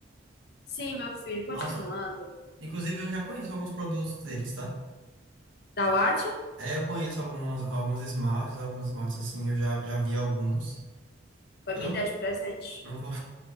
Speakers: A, on the left; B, on the right.
A: Sim, meu filho, continuando.
B: Nossa. Inclusive, eu já conheço alguns produtos deles, tá?
A: Da Watia,
B: É, eu conheço alguns, alguns smarts, alguns smarts assim, eu já, já vi alguns.
A: vai
B: Eu
A: me
B: não,
A: dar de presente.
B: não vou